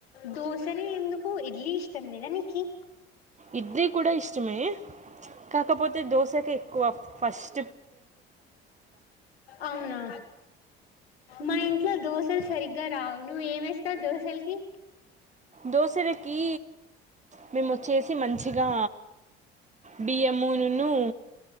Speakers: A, on the left; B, on the right.
A: దోశనే ఎందుకు ఇడ్లీ ఇష్టం లేదా నీకి.
B: ఇడ్లీ కూడా ఇష్టమే. కాకపోతే దోసె కె ఎక్ కో పష్ట్
A: అవునా మైండ్ ఇట్లా దోసలు సరిగ్గా రావు నువ్ ఏమేస్తావ్ దోసల్ కి
B: దోశలకి మేము వచ్చేసి మంచిగా బియ్యమూను